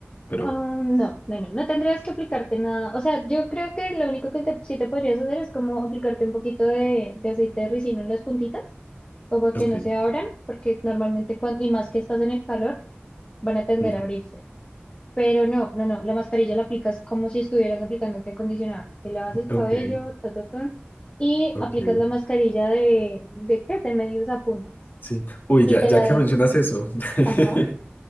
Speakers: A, on the left (about 50°); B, on the left (about 25°).
A: pero...
B: ah, no, no, no, no tendrías que aplicarte nada. O sea, yo creo que lo único que te- sí te podrías hacer es como aplicarte un poquito de, de aceite de ricino en las puntitas como
A: Ok,
B: que no se abran, porque normalmente cuando, y más que estás en el calor, van a tender
A: ujú,
B: a abrirse. Pero no, no, no, la mascarilla la aplicas como si estuvieras aplicándote acondicionador. Te lavas el
A: ok,
B: cabello, ta, ta, ta, y
A: ok,
B: aplicas la mascarilla de, ¿de qué? De medios a puntas.
A: sí. Uy,
B: Y
A: ya,
B: te
A: ya
B: la
A: que
B: de,
A: mencionas eso, <laughs>
B: ajá.